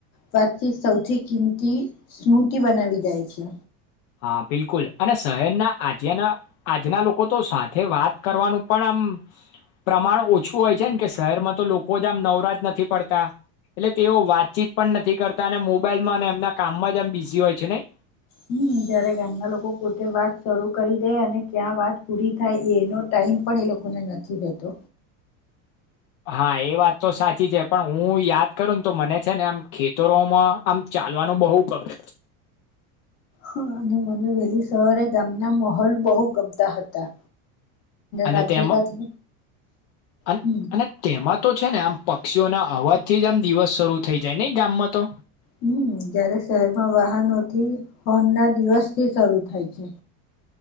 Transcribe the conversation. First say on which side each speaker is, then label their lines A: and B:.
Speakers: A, on the left; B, on the left.
A: વાતચીત સૌથી કિંમતી સ્મૂતિ બનાવી જાય છે.
B: હા બિલકુલ અને શહેરના આજેના આજના લોકો તો સાથે વાત કરવાનું પણ આમ પ્રમાણ ઓછું હોય છે ને કે શહેરમાં તો લોકો જ આમ નવરાજ નથી પડતા એટલે તેઓ વાતચીત પણ નથી કરતા અને મોબાઈલમાં અને એમના કામમાં જ એમ બિઝી હોય છે નઈ.
A: હમ જયારે ગામના લોકો પોતે વાત શરૂ કરી દે અને ક્યાં વાત પૂરી થાય એનો ટાઈમ પણ એ લોકોને નથી રહેતો.
B: હા એ વાત તો સાચી છે પણ હું યાદ કરું ને તો મને છે ને આમ ખેતરોમાં આમ ચાલવાનું બહુ ગમે.
A: હ અને બી વેલી. સવારે ગામનો માહોલ બહુ ગમતા હતા.
B: અને
A: સાથે
B: તેમ
A: સાથે
B: અન
A: હમ
B: અને તેમાં તો છે ને આમ પક્ષીઓના અવાજ થી જ આમ દિવસ શરૂ થઈ જાય નઈ ગામમાં તો.
A: હમ જયારે શહેરમાં વાહનોથી હોન ના દિવસથી શરૂ થાય છે.